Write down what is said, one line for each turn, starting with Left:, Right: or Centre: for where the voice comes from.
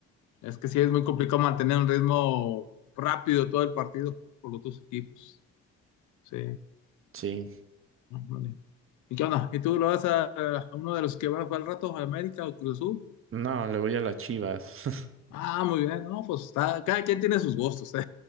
Left: es que sí es muy complicado mantener un ritmo rápido todo el partido por los dos equipos. Sí,
Right: Sí.
Left: ándale. ¿Y qué onda? ¿Y tú lo vas a, a uno de los que va, va al rato a América o Cruz Azul?
Right: No, le voy a las Chivas. <laughs>
Left: Ah, muy bien, no, pues está, cada quien tiene sus gustos, <laughs> eh,